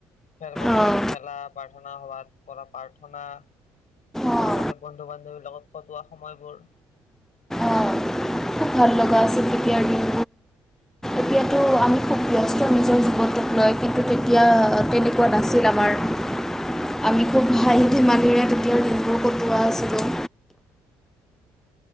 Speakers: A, on the left; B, in the centre.
A: খেলপথাৰত
B: অঁ
A: খেলা, প্ৰাৰ্থনা সভাত কৰা প্ৰাৰ্থনা, -
B: অঁ
A: আৰু লগতে বন্ধু বান্ধৱীৰ লগত কটোৱা সময়বোৰ!
B: অঁ খুব ভাল লগা আছিল তেতিয়া দিনবোৰ। এতিয়া তো আমি খুব ব্যস্ত নিজৰ জীৱনটোক লৈ। লয়, কিন্তু তেতিয়া তেনেকুৱা নাছিল আমাৰ। আমিতো খুব হাঁহি ধেমালিৰে তেতিয়া দিনবোৰ কটোৱা আছিলোঁ।